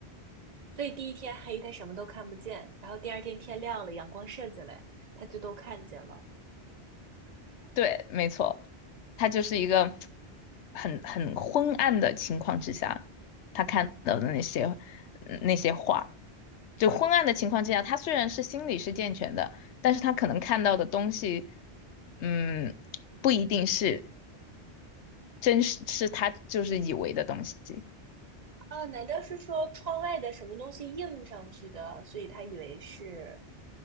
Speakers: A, on the right (about 40°); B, on the left (about 90°).
A: 所以第一天黑，他什么都看不见，然后第二天天亮了，阳光射进来，他就都看见了。
B: 对，没错，它就是一个很很昏暗的情况之下，他看到的那些嗯那些画。就昏暗的情况之下，他虽然是心理是健全的，但是他可能看到的东西，嗯，不一定是。真是是他就是以为的东西。
A: 啊，难道是说窗外的什么东西映上去的，所以他以为是